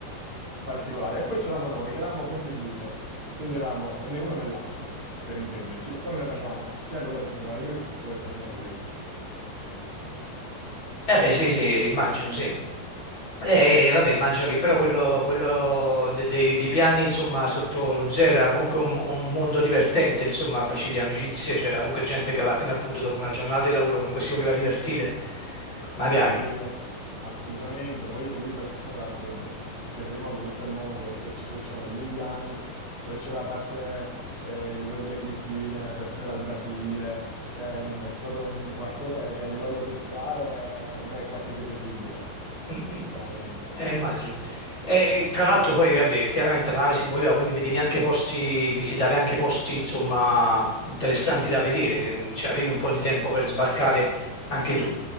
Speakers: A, on the right (about 40°); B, on the left (about 30°).
A: particolare. E poi c'eravamo noi, che eravamo contributor, quindi eravamo né uno né l'altro, <laughs> per intenderci, però ne facevamo sia quello che faceva la crew che quello che facevano questi.
B: Eh beh sì, sì, immagino, sì. E vabbè, immagino che però quello, quello de- dei, dei piani, insomma, sotto lo zero era comunque un, un mondo divertente, insomma, facevi amicizie, c'era comunque gente che alla fine, appunto, dopo una giornata di lavoro comunque si voleva divertire, magari.
A: Sì, ass- assolutamente. Poi vedevi persone da- da- da- che venivano da tutto il mondo, perché ci- c'erano gli indiani, poi c'era la parte eh, di quelli delle Filippine, persone dal Brasile. Cioè, mh, è stato un qualcosa che a livello culturale per me è quasi irripetibile,
B: Mm, mm.
A: veramente.
B: Eh, immagino. E tra l'altro poi, vabbè, chiaramente la nave si muoveva, quindi vedevi anche posti, visitavi anche posti, insomma, interessanti da vedere, che ci avevi un po' di tempo per sbarcare anche tu,